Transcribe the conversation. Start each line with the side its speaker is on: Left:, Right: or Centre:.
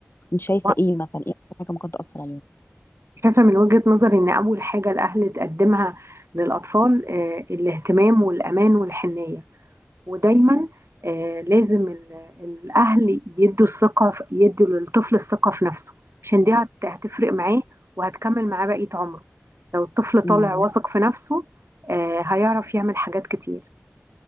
Left: انت شايفه
Right: و-
Left: ايه مثلا ايه أكتر حاجه ممكن تاثر
Right: شايفه من وجهه نظري ان اول حاجه الاهل تقدمها للاطفال آه الاهتمام والامان والحنيه ودايما آه لازم ال- الاهل يدوا الثقه في- يدوا للطفل الثقه في نفسه عشان دي هت- هتفرق معاه وهتكمل معاه بقيه عمره لو الطفل طالع
Left: عليهم
Right: واثق في نفسه آه هيعرف يعمل حاجات كتير